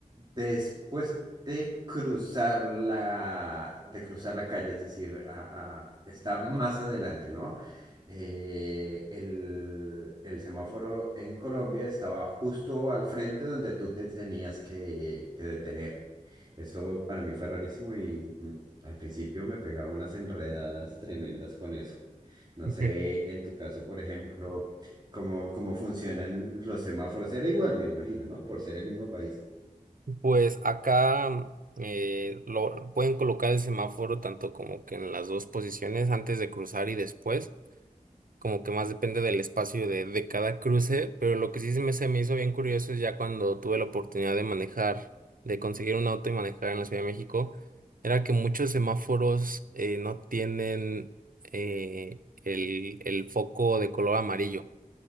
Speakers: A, on the right; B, on the right.
A: Después de cruzar la, de cruzar la calle, es decir, a- a- está más adelante, ¿no? Eh, el, el semáforo en Colombia estaba justo al frente donde tú te tenías que, que detener. Esto para mí fue rarísimo y mm, al principio me pegaba unas enredadas tremendas con eso. No
B: <laughs>
A: sé, en tu caso, por ejemplo, cómo, cómo funcionan los semáforos. Era igual, me imagino, ¿no? Por ser el mismo país.
B: Ujú. Pues acá mm, eh, lo, pueden colocar el semáforo tanto como que en las dos posiciones, antes de cruzar y después. como que más depende del espacio de, de cada cruce, pero lo que sí se me, se me hizo bien curioso es ya cuando tuve la oportunidad de manejar, de conseguir un auto y manejar en la Ciudad de México, era que muchos semáforos eh, no tienen eh, el, el foco de color amarillo.